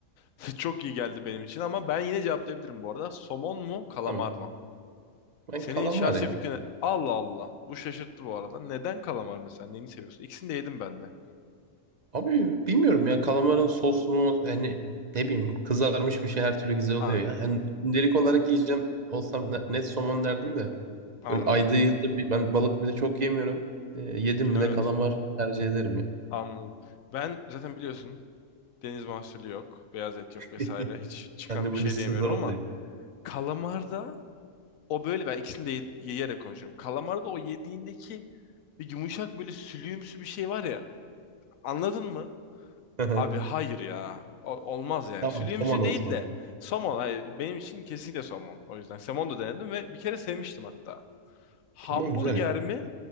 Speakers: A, on the left; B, on the right.
A: <laughs> Çok iyi geldi benim için ama ben yine cevaplayabilirim bu arada. Somon mu, kalamar
B: Tamam.
A: mı?
B: Ben
A: Senin
B: kalamar
A: şahsi
B: ya.
A: fikrine Allah Allah. Bu şaşırttı bu arada. Neden kalamar mesela? Neyini seviyorsun? İkisini de yedim ben de.
B: Abi bilmiyorum ya kalamarın soslu yani ne bileyim kızarmış bir şey her türlü güzel oluyor
A: Aynen.
B: ya. Yani gündelik olarak yiyeceğim olsam ne- net somon derdim de.
A: Anladım.
B: Böyle ayda yılda bir, ben balık bile çok yemiyorum. Ee, yedim mi
A: Evet.
B: de kalamar tercih ederim ya.
A: Anladım. Ben zaten biliyorsun Deniz mahsulü yok. Beyaz et yok
B: <laughs>
A: vesaire. Hiç çıkan
B: Sen de
A: bir
B: bu
A: şey
B: liste
A: de yemiyorum
B: zor olacak.
A: ama kalamarda o böyle ben ikisini de ye- yiyerek konuşuyorum. Kalamarda o yediğindeki bir yumuşak böyle sülüğümsü bir şey var ya. Anladın mı?
B: <laughs>
A: Abi hayır ya. O- olmaz yani.
B: Tamam,
A: Sülüğümsü
B: somon olsun
A: değil
B: o
A: de
B: zaman.
A: somon. Hayır, benim için kesinlikle somon. O yüzden somon da denedim ve bir kere sevmiştim hatta. Hamburger
B: Aman güzel. ya.
A: mi?